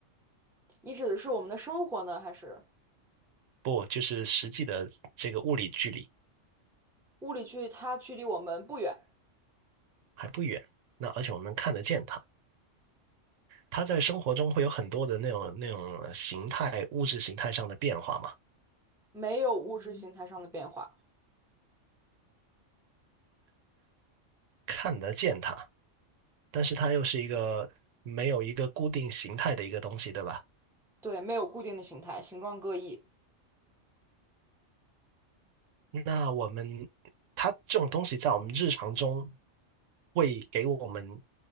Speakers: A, in the centre; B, on the right.
A: 你指的是我们的生活呢，还是
B: 不，就是实际的这个物理距离
A: 物理距离它距离我们不远，
B: 还不远。那而且我们能看得见它。它在生活中会有很多的那种那种形态、物质形态上的变化嘛，
A: 没有物质嗯形态上的变化？
B: 看得见它。但是它又是一个没有一个固定形态的一个东西，对吧？
A: 对，没有固定的形态，形状各异。
B: 那我们它这种东西在我们日常中会给我们